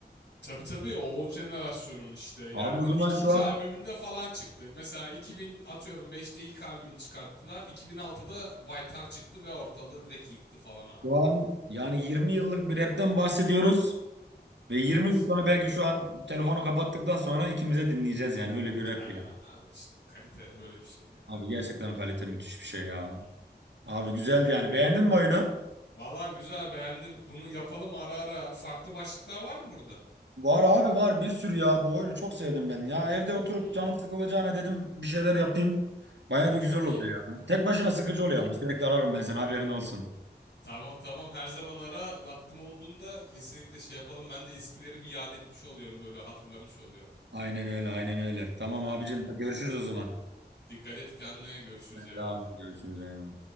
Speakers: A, on the left; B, on the right.
A: Tabii tabii o, o jenerasyonun işte. Yani
B: Abi o
A: böyle
B: zaman
A: ikinci
B: şu an
A: albümünde falan çıktı. Mesela 2000 atıyorum beşte ilk albümü çıkarttılar. 2006'da Baytar çıktı ve ortalığı direkt yıktı falan abi
B: şu
A: yani.
B: an yani 20 yıllık bir rapten bahsediyoruz. Ve
A: Evet.
B: 20 yıl sonra belki şu an telefonu kapattıktan sonra ikimize dinleyeceğiz yani öyle bir rap
A: Aynen
B: yani.
A: abi işte. Kalite böyle bir şey ya.
B: Abi gerçekten kalite müthiş bir şey ya.
A: Hı.
B: Abi güzeldi yani. Beğendin mi oyunu?
A: Vallahi güzel beğendim. Bunu yapalım ara ara. Farklı başlıklar var mı burada?
B: Var abi var bir sürü ya bu oyunu çok sevdim ben. Ya evde oturup
A: Hı.
B: canım sıkılacağına dedim bir şeyler yapayım. Baya da
A: Çok
B: güzel oluyor
A: iyi.
B: ya. Tek başına sıkıcı
A: Çok
B: oluyor
A: iyi.
B: ama sürekli ararım ben seni haberin olsun.
A: Tamam tamam her zaman ara vaktim olduğunda kesinlikle şey yapalım. Ben de eskileri bir yad etmiş oluyorum böyle hatırlamış oluyorum.
B: Aynen öyle aynen öyle. Tamam
A: Hmm,
B: abicim görüşürüz o zaman.
A: Dikkat et kendine görüşürüz
B: Hadi
A: eyvallah.
B: Abi görüşürüz eyvallah.